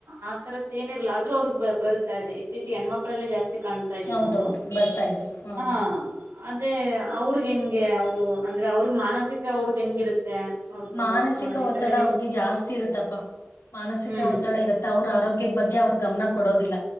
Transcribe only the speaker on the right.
ಆತರ ಏನಿರ್ಲ್ಲ ಆದ್ರೂ ಅವ್ರಗ್ ಬರುತ್ತ ಇದೆ ಇತ್ತೀಚ್ಗೆ ಹೆಣ್ಮಕ್ಳಲ್ಲೆ ಜಾಸ್ತಿ ಕಾಣ್ತಾ ಇದೀವಿ
ನಾವು
ಹ ಅದೇ ಅವ್ರಿಗ್ ಎಂಗೆ ಅವ್ರು ಅಂದ್ರೆ ಅವ್ರಗ್ ಮಾನಸಿಕ ಅವ್ರದ್ ಹೆಂಗಿರುತ್ತೆ ಅವ್ರದು
ಹ ಯಾಕಂದ್ರೆ
ನಿಮ್
ಹ್ಮ್